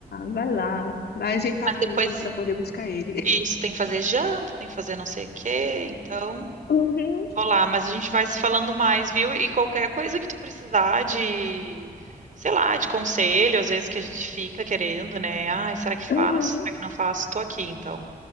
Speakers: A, on the left; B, on the right.
A: vai lá, vai ajeitar
B: mas
A: tudo
B: depois,
A: para poder buscar ele. <laughs>
B: isso, tem que fazer janta, tem que fazer não sei o quê, então...
A: Uhum,
B: Olá, mas a gente vai se falando mais, viu? E qualquer coisa que tu precisar de, sei lá, de conselho, às vezes que a gente fica querendo, né? Ai, será que faço?
A: uhum.
B: Será que não faço? Tô aqui, então,